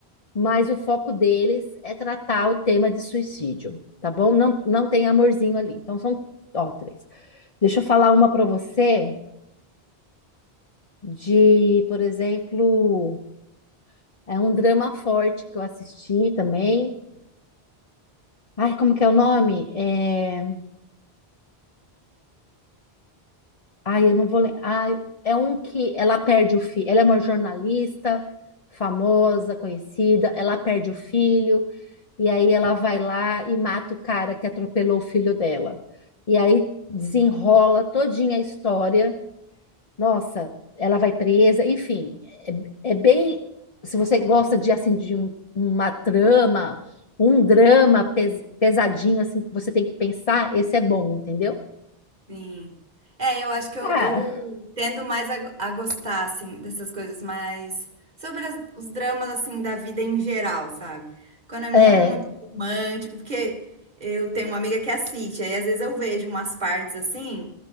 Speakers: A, on the left; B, on the right.
A: mas o foco deles é tratar o tema de suicídio, tá bom? Não, não tem amorzinho ali. Então são, ó, três. Deixa eu falar uma para você de, por exemplo, é um drama forte que eu assisti também. Ai, como que é o nome? É... Ai, eu não vou lembrar. Ai, é um que ela perde o filho. Ela é uma jornalista famosa, conhecida. Ela perde o filho. E aí ela vai lá e mata o cara que atropelou o filho dela. E aí desenrola todinha a história. Nossa, ela vai presa. Enfim, é, é bem. Se você gosta de assim de um- uma trama, um drama pes- pesadinho assim que você tem que pensar, esse é bom, entendeu?
B: Sim. É, eu acho que eu,
A: Ah,
B: eu tendo mais a, a gostar, assim, dessas coisas mais... Sobre as- os dramas, assim, da vida em geral, sabe? Quando é
A: É,
B: muito romântico, porque eu tenho uma amiga que assiste, aí às vezes eu vejo umas partes, assim,